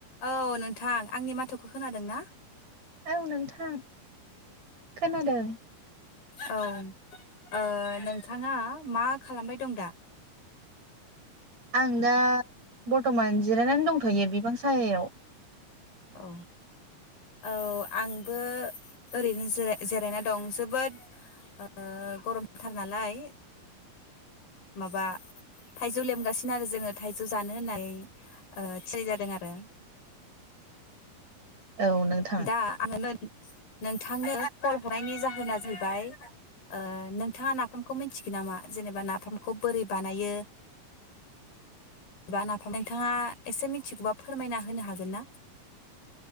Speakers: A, on the left; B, on the right.
A: औ नोंथां आंनि माथोखौ खोनादों ना
B: औ नोंथां खोनादों
A: औ ओ नोंथाङा मा खालामबाय दं दा
B: आं दा बरथमान जिरायनानै दंथ'यो बिफां साहायाव
A: औ औ आंबो ओरैनो ज जिरायनानै दं जोबोद ओ गरमथार नालाय माबा थाइजौ लेमगासिनो आरो जोङो थाइजौ जानो होननानै ओ थियारि जादों आरो
B: औ नोंथां
A: दा आङो नोंथांनो कल हरनायनि जाहोन होना जाहैबाय ओ नोंथाङा नाफामखौ मिथिगोन नामा जेनेबा नाफामखौ बोरै बानायो बा नाफाम नोंथाङा एसे मिथिगौबा फोरमायना होनो हागोन ना